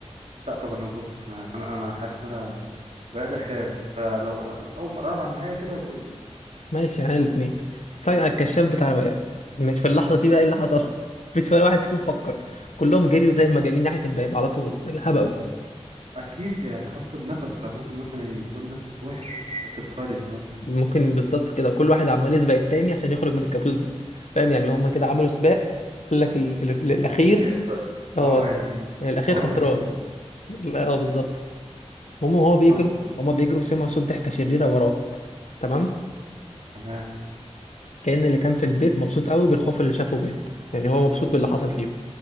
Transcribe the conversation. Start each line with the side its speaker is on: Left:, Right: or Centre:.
Right: لا طب انا بص انا عشان انا حاسس ان انا بقيت اخاف فلو اول ما اقرب على النهاية كده بقول لي
Left: ماشي يعني الاثنين فجاه الكشاف بتاع مش في اللحظه دي بقى ايه اللي حصل <laughs> مفيش ولا واحد فيكم فكر كلهم جريوا زي المجانين ناحيه الباب على طول هبقوا
Right: اكيد يعني حاسه بنفس ممكن مثلا يكون نفس وحش مش واخد ترايد ان مثلا
Left: ممكن بالظبط كده كل واحد عمال يسبق التاني عشان يخرج من الكابوس ده فاهم يعني هما كده عملوا سباق قال لك ال... ال... ال- الاخير
Right: اللي يبدأ
Left: هو
Right: اه يعني
Left: الاخير
Right: هو
Left: خسران
Right: اللي هيبدأ مثلا
Left: لا اه بالظبط هما وهو
Right: بالظبط
Left: بيجروا
Right: آه.
Left: هما بيجروا سمعوا صوت ضحكه شريره وراهم تمام
Right: تمام
Left: كأن اللي كان في البيت مبسوط قوي بالخوف اللي شافه بيه يعني هو مبسوط باللي حصل فيهم